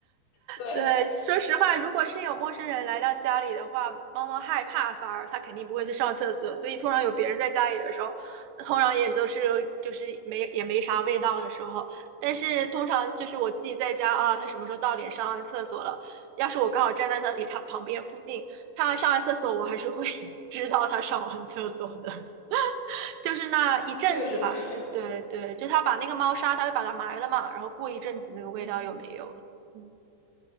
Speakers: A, on the left; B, on the right.
A: 对，
B: 对，说实话，如果是有陌生人来到家里的话，猫猫害怕，反而它肯定不会去上厕所，所以通常有别人在家里的时候，通常也都是就是没也没啥味道的时候。但是通常就是我自己在家啊，它什么时候到点上完厕所了？要是我刚好站在那里，它旁边附近，它上完厕所，我还是会 <laughs> 知道它上完厕所的。就是那一阵子吧，
A: 确实，
B: 对对对，就他把那个猫砂，他会把它埋了嘛，然后过一阵子那个味道又没有了。
A: 嗯。
B: 嗯